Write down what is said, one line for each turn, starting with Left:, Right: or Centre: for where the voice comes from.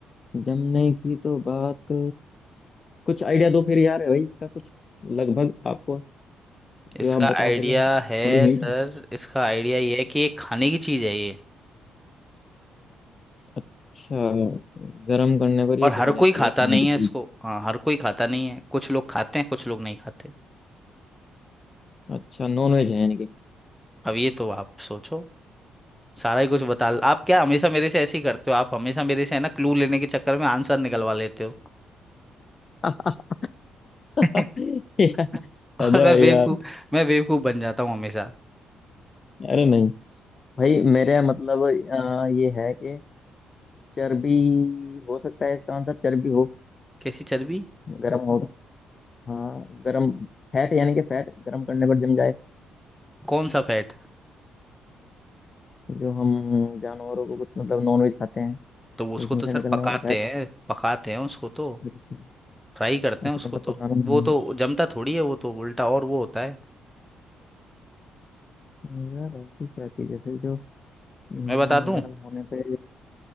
Left: जमने की तो बात कुछ आइडिया दो फिर यार भाई इसका कुछ लगभग आपको
Centre: इसका
Left: जो आप बता
Centre: आइडिया
Left: सकें थोड़ी
Centre: है
Left: हिंट
Centre: सर इसका आइडिया ये है कि ये खाने की चीज है ये
Left: अच्छा गर्म करने पर ये
Centre: और हर
Left: जम जाती
Centre: कोई खाता
Left: है खाने
Centre: नहीं
Left: की
Centre: है इसको
Left: चीज
Centre: हाँ हर कोई खाता नहीं है कुछ लोग खाते हैं कुछ लोग नहीं खाते
Left: अच्छा नॉन वेज है यानी कि
Centre: अब ये तो आप सोचो सारा ही कुछ बता आप क्या हमेशा मेरे से ऐसे ही करते हो आप हमेशा मेरे से है ना क्लू लेने के चक्कर में आंसर निकलवा लेते हो
Left: <laughs>
Centre: <laughs>
Left: यार,
Centre: और
Left: अरे
Centre: मैं
Left: भाई
Centre: बेवकूफ
Left: यार
Centre: मैं बेवकूफ बन जाता हूँ हमेशा
Left: अरे नहीं भाई मेरे मतलब अ, ये है कि चर्बी हो सकता है इसका आंसर चर्बी हो
Centre: कैसी चर्बी
Left: गर्म हो तो। हाँ गरम फैट यानी कि फैट गरम करने पर जम जाए
Centre: कौन सा फैट
Left: जो हम जानवरों को कुछ मतलब नॉनवेज खाते हैं
Centre: तो उसको
Left: उसमें
Centre: तो
Left: से
Centre: सर
Left: निकलने
Centre: पकाते
Left: वाला फैट
Centre: हैं पकाते हैं उसको तो
Left: अच्छा
Centre: फ्राई करते
Left: अच्छा
Centre: हैं उसको
Left: मतलब
Centre: तो
Left: पकाना हम्म,
Centre: वो तो जमता थोड़ी है वो तो उल्टा और वो होता है
Left: हम्म, यार ऐसी क्या चीज़ है फिर जो हम्म,
Centre: मैं बता दूं
Left: गर्म होने पे